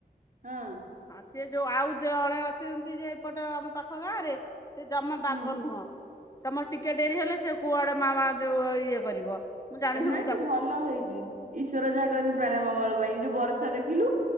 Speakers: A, on the right (about 55°); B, on the left (about 20°).
A: ହଁ।
B: ହଁ ସେ ଯୋଉ ଆଉ ଜଣେ ଅଛନ୍ତି ଯେ ଏପଟ ଆମ ପାଖ ଗାଁ ରେ ସେ ଜମା ବାଗ
A: ହୁଁ
B: ନୁହଁ, ତମର ଟିକେ ଡେରି ହେଲେ ସେ କୁଆଡେ ମା-ମା ଯୋଉ ଇଏ କରିବ। ମୁଁ ଜାଣିଶୁଣି
A: ନା ସେ ଭଲ ହେଇଚି ଈଶ୍ଵର ଯାହା କରନ୍ତି ପ୍ରାଣୀର ମଙ୍ଗଳ ପାଇଁ, ଏ ଯୋଉ ବର୍ଷା ଦେଖିଲୁ।